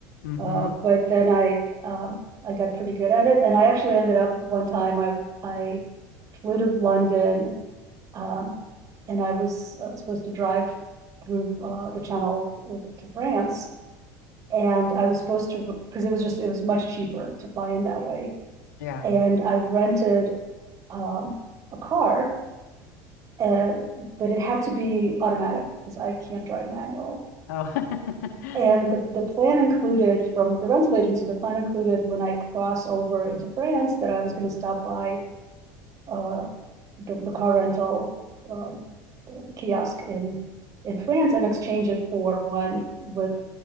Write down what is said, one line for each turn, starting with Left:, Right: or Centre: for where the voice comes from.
Left: Mm-hmm.
Right: uh, but then I um, I got pretty good at it, and I actually ended up one time I I flew to London, um, and I was uh, supposed to drive through uh, the Channel uh, to France, and I was supposed to, because it was just, it was much cheaper to fly in that way.
Left: Yeah.
Right: And I rented um, a car, uh, but it had to be automatic because I can't drive manual.
Left: Oh. <laughs>
Right: And the, the plan included from the rental agency, the plan included when I cross over into France that I was going to stop by uh, the, the car rental um, kiosk in in France and exchange it for one with